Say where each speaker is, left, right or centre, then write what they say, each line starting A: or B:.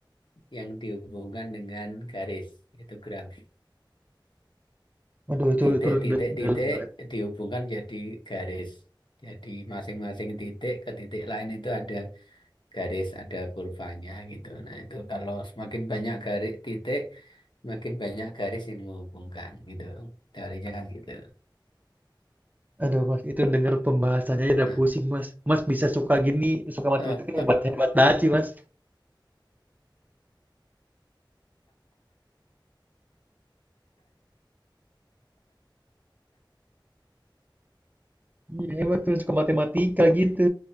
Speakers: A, on the left (about 70°); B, on the right (about 20°).
A: yang dihubungkan dengan garis. Itu graf.
B: Aduh itu
A: Titik-titik-titik
B: itu da- dalam banget.
A: dihubungkan jadi garis. Jadi masing-masing titik ke titik lain itu ada garis, ada kurvanya gitu. Nah, itu kalau semakin banyak garis titik, makin banyak garis yang menghubungkan gitu. Teorinya kan gitu.
B: Aduh Mas, itu denger pembahasannya aja udah
A: Nah,
B: pusing Mas. Mas bisa suka gini, suka matematika
A: eh,
B: hebat-hebat banget sih Mas. Iya hebat tuh suka matematika gitu.